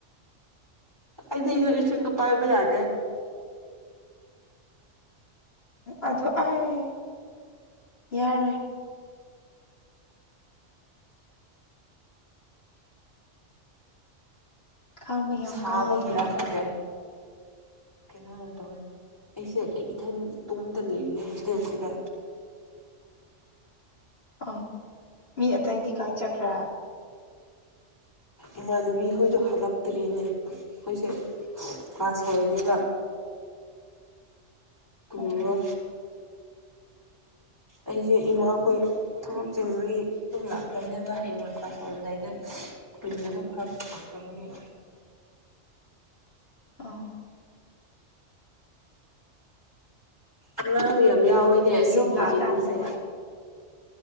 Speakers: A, on the left; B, on the left.
A: ꯍꯥꯏꯗꯤꯗꯣ ꯏꯁꯤꯡꯗꯣ ꯄꯥꯏꯕ ꯌꯥꯅꯦ
B: ꯑꯗꯣ ꯑꯩ ꯌꯥꯔꯣꯏ ꯈꯥꯡꯕ ꯌꯥꯝ
A: ꯁꯥꯕꯒꯤꯔꯈꯦ
B: ꯀꯜꯂꯦ
A: ꯀꯩꯅꯣ ꯇꯧꯋꯦ ꯑꯩꯁꯦ ꯑꯩ ꯏꯊꯜ ꯏꯇꯣꯝꯇ ꯂꯩꯔꯤꯅꯦ ꯍꯣꯁꯇꯦꯜꯁꯤꯗ
B: ꯑꯥ ꯃꯤ ꯑꯇꯩꯗꯤ ꯀꯥꯏ ꯆꯠꯈ꯭ꯔ
A: ꯏꯃꯥꯟꯅꯕꯤꯈꯣꯏꯗꯣ ꯍꯜꯂꯛꯇ꯭ꯔꯤꯅꯦ ꯑꯩꯈꯣꯏꯁꯦ ꯃꯥ ꯍꯔꯝꯃꯤꯕ ꯀꯨꯝꯔꯣ
B: ꯑꯣ
A: ꯑꯩꯁꯦ ꯏꯃꯥꯈꯣꯏ ꯊꯕꯛ ꯆꯤꯨꯒꯤ ꯑꯗꯨꯝ ꯂꯥꯛꯈ꯭ꯔꯕꯅꯦꯕ ꯍꯌꯦꯡ ꯀ꯭ꯂꯥꯁꯔꯝꯗꯥꯏꯗ ꯇꯜ ꯑꯗꯨ ꯐꯛ ꯊꯥꯛꯕꯒꯤ
B: ꯑꯥ
A: ꯑꯉꯥꯡ ꯌꯥꯝ ꯌꯥꯎꯋꯦꯅꯦ ꯑꯁꯤꯒꯤ
B: ꯌꯨꯝ ꯂꯥꯛꯑꯀꯥꯟꯗꯅ
A: ꯀꯩꯅꯣꯁꯦ